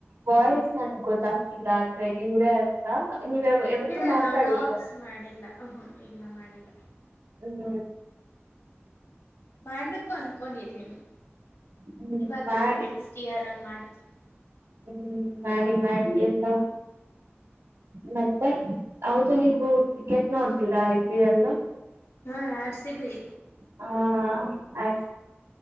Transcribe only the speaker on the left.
ಇಲ್ಲ
ನಾ ಲಾಕ್ಸ್ ಮಾಡಿಲ್ಲ ಹ್ಮ ಇಲ್ಲ ಮಾಡಿಲ್ಲ
ಮ್ಯಾಂಡಕ್ಕೂ ಅನ್ಕೊಂಡಿರಿಣ
ಇವಾಗೆಲ್ಲ
ನೆಕ್ಸ್ಟ್ ಇಯರ್ ಹಂಗ್ ಮಾಡ್ತೀವಿ
ಹಾ ಆರ್ ಸಿ ಬಿ